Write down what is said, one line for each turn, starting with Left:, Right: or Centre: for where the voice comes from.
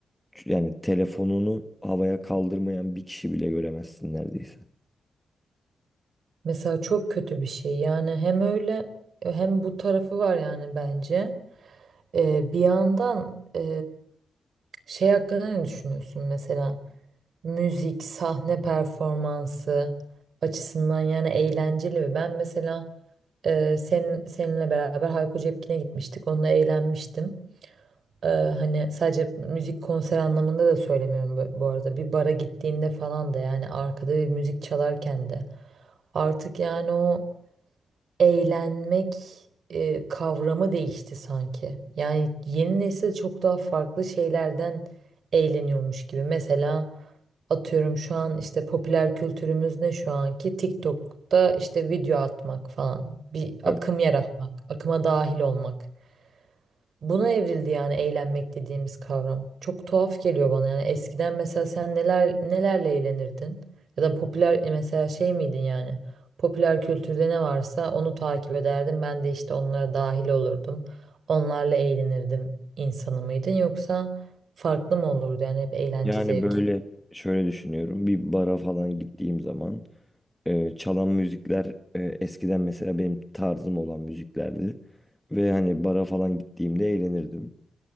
Centre: Ç- Yani telefonunu havaya kaldırmayan bir kişi bile göremezsin neredeyse.
Right: Mesela çok kötü bir şey. Yani hem öyle hem bu tarafı var yani bence. Ee, bir yandan e, şey hakkında ne düşünüyorsun mesela? müzik, sahne performansı açısından yani eğlenceli mi? Ben mesela e, sen, seninle beraber Hayko Cepkin'e gitmiştik. Onunla eğlenmiştim. E, hani sadece müzik konser anlamında da söylemiyorum bu, bu arada. Bir bara gittiğinde falan da yani arkada bir müzik çalarken de. Artık yani o eğlenmek e, kavramı değişti sanki. Yani yeni nesil çok daha farklı şeylerden eğleniyormuş gibi. Mesela atıyorum şu an işte popüler kültürümüz ne şu anki? TikTok'ta işte video atmak falan. Bir akım
Centre: Evet.
Right: yaratmak, akıma dahil olmak. Buna evrildi yani eğlenmek dediğimiz kavram. Çok tuhaf geliyor bana yani eskiden mesela sen neler nelerle eğlenirdin? Ya da popüler mesela şey miydin yani? Popüler kültürde ne varsa onu takip ederdim. Ben de işte onlara dahil olurdum. Onlarla eğlenirdim insanı mıydın yoksa farklı mı olurdu yani hep eğlence
Centre: Yani
Right: zevki?
Centre: böyle şöyle düşünüyorum. Bir bara falan gittiğim zaman Ee, çalan müzikler e, eskiden mesela benim tarzım olan müziklerdi. Ve hani bara falan gittiğimde eğlenirdim.